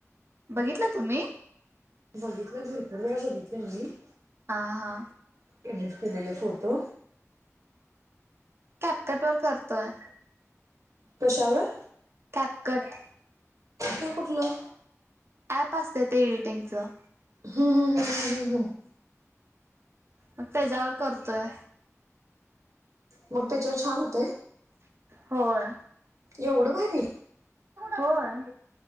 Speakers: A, on the right; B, on the right.
A: बघितलं तुम्ही?
B: बघितलं. भरपूर वेळा बघितलंय मी-
A: हा हा.
B: एडिट केलेले फोटो.
A: कॅप कटवर करतोय.
B: कशावर?
A: CapCut.
B: हे कुठलं?
A: ॲप असत ते एडिटिंगचं.
B: ह ह ह ह.
A: मग त्याच्यावर करतोय.
B: मग त्याच्यावर छान होतंय?
A: होय.
B: एवढं भारी
A: होय.